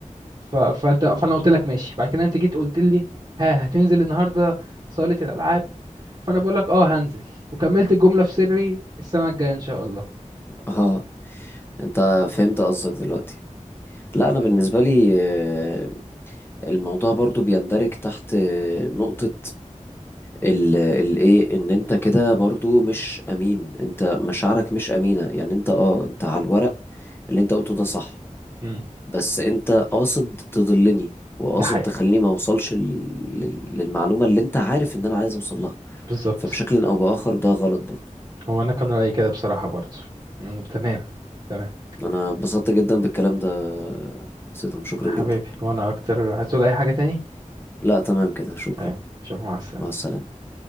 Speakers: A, on the right (about 40°); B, on the left (about 15°).
A: ف... فانت فانا قلت لك ماشي بعد كده انت جيت قلت لي ها هتنزل النهارده صالة الالعاب فانا بقول لك اه هنزل وكملت الجملة في سري السنة الجاية ان شاء الله
B: اه انت فهمت قصدك دلوقتي لا انا بالنسبه لي أه، الموضوع برضو بيندرج تحت أه، نقطه الايه ان انت كده برضو مش امين انت مشاعرك مش امينه يعني انت اه انت على الورق اللي انت قلته ده صح
A: مم.
B: بس انت قاصد تضلني وقاصد
A: ده حقيقي
B: تخليني ما اوصلش لل- لل- للمعلومه اللي انت عارف ان انا عايز اوصل لها
A: بالظبط
B: فبشكل او باخر ده غلط برضو
A: هو انا كان رايي كده بصراحه برضه مم، تمام تمام
B: انا اتبسطت جدا بالكلام ده يا سيدهم شكرا
A: حبيبي
B: جدا
A: وانا اكتر عايز تقول اي حاجه تاني
B: لا تمام كده شكرا
A: تمام شوف مع السلامه
B: مع السلامة